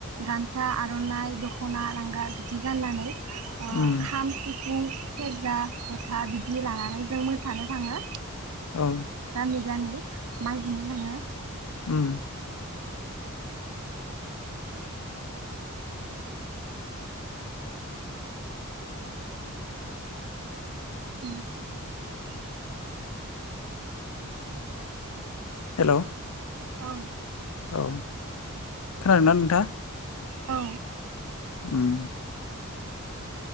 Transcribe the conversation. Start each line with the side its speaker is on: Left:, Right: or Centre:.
Right: गामसा आर'नाइ दख'ना लांगा बिदि गाननानै। ओ
Left: उम
Right: खाम सिफुं सेरजा था बिदि लानानै जों मोसानो थाङो।
Left: औ।
Right: गामि गामि मागिनो थाङो।
Left: उम।
Right: बिदिनोसै आरो बेसा
Left: हेल'
Right: औ।
Left: औ खोनादोंना नोंथाङा?
Right: औ।
Left: उम।